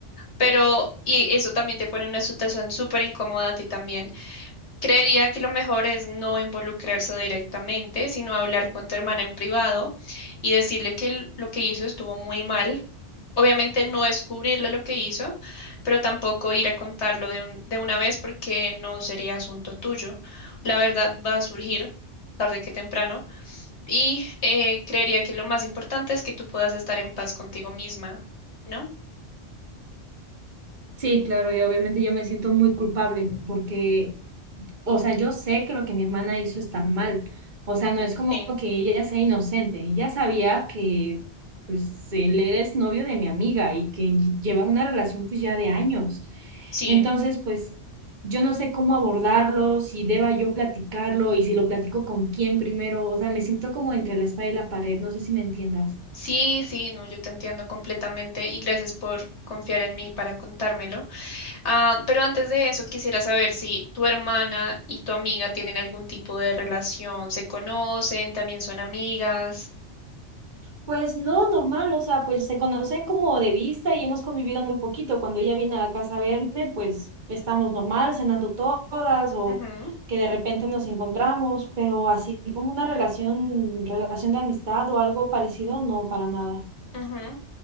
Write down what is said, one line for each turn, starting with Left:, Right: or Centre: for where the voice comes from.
Left: pero y eso también te pone en una situación súper incómoda a ti también. Creería que lo mejor es no involucrarse directamente, sino hablar con tu hermana en privado y decirle que l- lo que hizo estuvo muy mal. Obviamente no descubrirle lo que hizo, pero tampoco ir a contarlo de un- de una vez porque no sería asunto tuyo. La verdad va a surgir tarde que temprano y eh, creería que lo más importante es que tú puedas estar en paz contigo misma, ¿no?
Right: Sí, claro, y obviamente yo me siento muy culpable porque, o sea, yo sé que lo que mi hermana hizo está mal. O sea, no es como
Left: Sí,
Right: que ella sea inocente. Ella sabía que, pues, él era exnovio de mi amiga y que ll- lleva una relación, pues, ya de años.
Left: sí.
Right: Entonces, pues, yo no sé cómo abordarlo, si deba yo platicarlo y si lo platico con quién primero. O sea, me siento como entre la espada y la pared. No sé si me entiendas.
Left: Sí, sí, no, yo te entiendo completamente y gracias por confiar en mí para contármelo. Ah, pero antes de eso, quisiera saber si tu hermana y tu amiga tienen algún tipo de relación, se conocen, también son amigas.
Right: Pues no, normal, o sea, pues se conoce como de vista y hemos convivido muy poquito. Cuando ella viene a la casa a verme, pues estamos normal, cenando to- todas o
Left: Ujú,
Right: que de repente nos encontramos, pero así como una relación, relación de amistad o algo parecido, no, para nada.
Left: ujú.